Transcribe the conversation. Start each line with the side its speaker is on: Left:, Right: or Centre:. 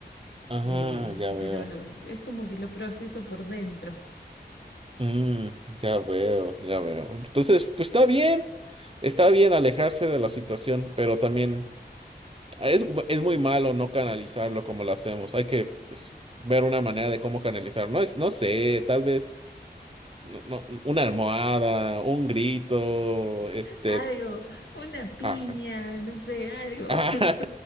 Right: Ah,
Left: eh,
Right: ya veo.
Left: pero lo- es como que lo proceso por dentro.
Right: Mm, ya veo, ya veo. Entonces, pues está bien, está bien alejarse de la situación, pero también es, es muy malo no canalizarlo como lo hacemos. Hay que pues, ver una manera de cómo canalizar. No es, no sé, tal vez no- no, una almohada, un grito, este,
Left: Algo, una piña,
Right: ajá.
Left: no sé, algo.
Right: <laughs> Ajá,
Left: <laughs>